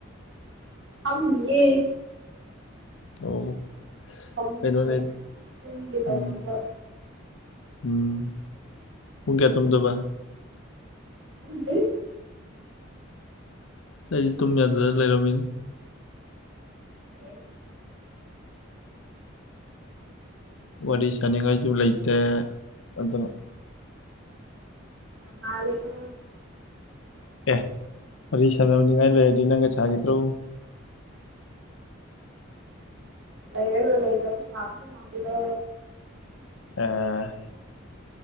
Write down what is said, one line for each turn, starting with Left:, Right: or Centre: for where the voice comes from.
Right: ꯑ ꯌꯦ
Left: ꯑꯣ
Right: ꯐꯃꯨꯡꯗ
Left: ꯀꯩꯅꯣꯅꯦ
Right: ꯇꯨꯝꯒꯦ ꯇꯧꯔꯝꯕ
Left: ꯎꯝ ꯎꯝ ꯄꯨꯡ ꯀꯌꯥ ꯇꯨꯝꯗꯣꯕ
Right: ꯈꯪꯗ꯭ꯔꯤ
Left: ꯑꯁ ꯑꯩꯁꯦ ꯇꯨꯝ ꯌꯥꯗꯗꯅ ꯂꯩꯔꯝꯃꯤꯅꯤ
Right: ꯐꯁ
Left: ꯋꯥꯔꯤ ꯁꯅꯤꯡꯉꯥꯏꯁꯨ ꯂꯩꯇꯦ ꯑꯗꯨꯅ
Right: ꯌꯥꯝ ꯃꯥꯜꯂꯤꯀꯣ
Left: ꯑꯦ ꯋꯥꯔꯤ ꯁꯥꯟꯅꯅꯤꯉꯥꯏ ꯂꯩꯔꯗꯤ ꯅꯪꯒ ꯁꯥꯈꯤꯗ꯭ꯔꯣ
Right: ꯂꯩꯔꯒ ꯂꯩꯇꯕ ꯁꯥꯕꯁꯨ ꯃꯥꯜꯂꯤꯗ
Left: ꯑ